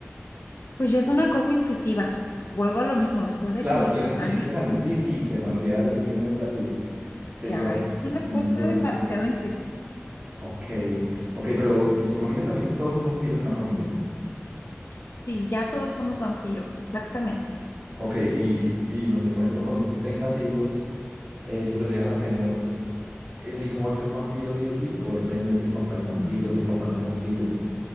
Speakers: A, on the left; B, on the right.
A: Pues ya es una cosa intuitiva. Vuelvo a lo mismo, después de
B: Claro,
A: quinientos
B: tienes 500
A: años,
B: años. Sí, sí, se me olvidaba ese pequeño detalle. Te
A: ya
B: llevas
A: es una
B: 500
A: cosa
B: años
A: demasiado
B: en la vida.
A: intuitiva.
B: Ok, ok, pero ¿y tu familia también? Todos son vampiros en la familia.
A: Sí, ya todos somos vampiros, exactamente.
B: Ok, y, y no sé, por ejemplo, cuando tú tengas hijos, eh, si los llegas a tener, el hijo va a ser vampiro sí o sí, o depende si el papá es vampiro, si el papá no es vampiro,